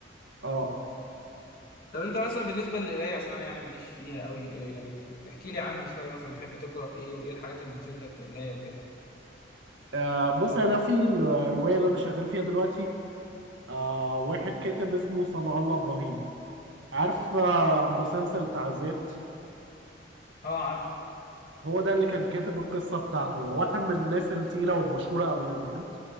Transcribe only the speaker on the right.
اه آه،
آه، بص انا في الروايه اللي انا شغال فيها دلوقتي آه واحد كاتب اسمه صنع الله ابراهيم عارف آه مسلسل بتاع ذات
هو ده اللي كان كاتب القصه بتاعته هو واحد من الناس التقيله والمشهوره قوي يعني فهمت